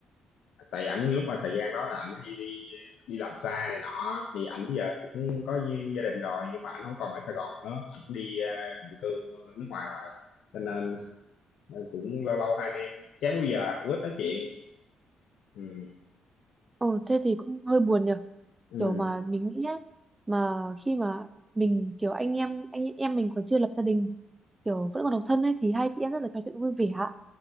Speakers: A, on the left; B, on the right.
A: tại ảnh lúc mà thời gian đó là ảnh hay đi đi làm xa này nọ thì ảnh giờ cũng có gi- gia đình rồi nhưng mà ảnh không còn ở Sài Gòn nữa ảnh đi ờ, định cư nước ngoài rồi cho nên ờ, cũng lâu lâu hai anh em chán bây giờ cũng ít nói chuyện ừ
B: ồ thế thì cũng hơi buồn nhỉ
A: ừ
B: kiểu mà mình nghĩ á mà khi mà mình kiểu anh em anh em mình còn chưa lập gia đình kiểu vẫn còn độc thân ấy thì hai chị em rất là trò chuyện vui vẻ ạ.